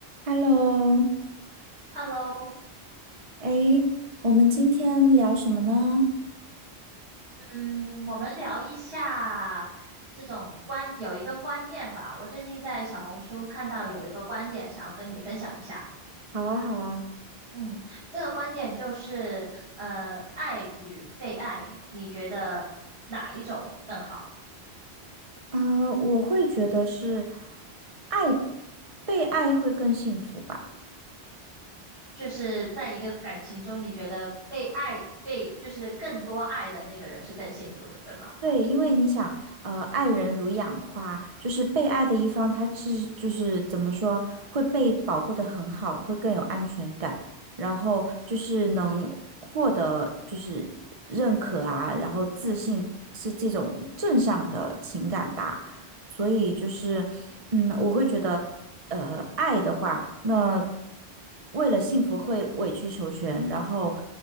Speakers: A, on the right; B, on the right.
A: Hello，
B: Hello，
A: 哎，我们今天聊什么呢？
B: 嗯，我们聊一下这种观，有一个观念吧。我最近在小红书看到有一个观点，想要跟你分享一下。
A: 好啊，好啊，
B: 嗯，这个观点就是，呃，爱与被爱，你觉得哪一种更好？
A: 嗯、我会觉得是爱，被爱会更幸福吧。
B: 就是在一个感情中，你觉得被爱，被就是更多爱的那个人是更幸福的，对吗？
A: 对，因为你想，呃，爱人如养花，就是被爱的一方，他是就是怎么说，会被保护的很好，会更有安全感，然后就是能获得就是认可啊，然后自信是这种正向的情感吧。所以就是，嗯，我会觉得，呃，爱的话，那为了幸福会委曲求全，然后